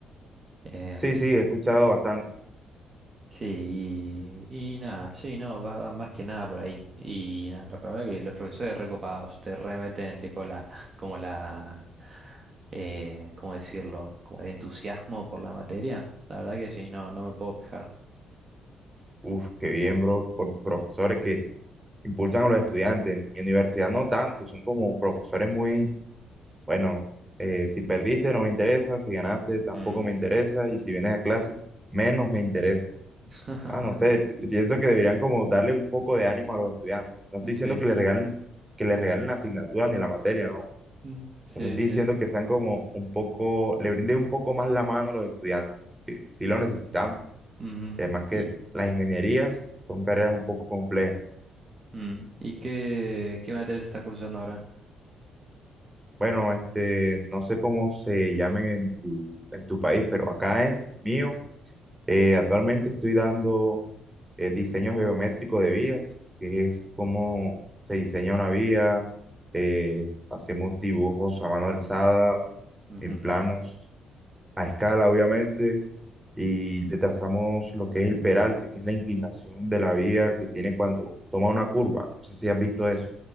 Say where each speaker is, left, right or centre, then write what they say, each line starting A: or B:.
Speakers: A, on the right; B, on the right.
A: em,
B: Sí, sí, he escuchado bastante.
A: Sí, y, y nada, sí, no, va, va más que nada por ahí. Y nada, la verdad que los profesores recopados te remeten, tipo, la, <laughs> como la, eh, ¿cómo decirlo? Como el entusiasmo por la materia. La verdad que sí, no, no me puedo quejar.
B: Uf, qué bien, bro, por tus profesores que impulsan a los estudiantes. mi universidad no tanto, son como profesores muy, bueno, eh, si perdiste no me interesa, si ganaste tampoco
A: Mm.
B: me interesa y si vienes a clase menos me interesa.
A: <laughs>
B: Ah, no sé, pi- pienso que deberían como darle un poco de ánimo a los estudiantes. No estoy
A: Sí,
B: diciendo que les regalen, que les regalen la asignatura ni la materia, no.
A: mm,
B: Solo
A: sí,
B: estoy
A: sí.
B: diciendo que sean como un poco, le brinden un poco más la mano a los estudiantes, que sí lo necesitamos.
A: Ujú.
B: Y Además que
A: ¿Y,
B: las ingenierías son carreras un poco complejas.
A: mm, ¿y qué, qué materias estás cursando ahora?
B: Bueno, este, no sé cómo se llamen en tu, en tu país, pero acá en el mío, eh, actualmente estoy dando eh, diseño geométrico de vías, que es cómo se diseña una vía, eh, hacemos dibujos a mano alzada,
A: Ujú.
B: en planos, a escala obviamente, y le trazamos lo que es el peralte, que es la inclinación de la vía que tiene cuando toma una curva. No sé si has visto eso.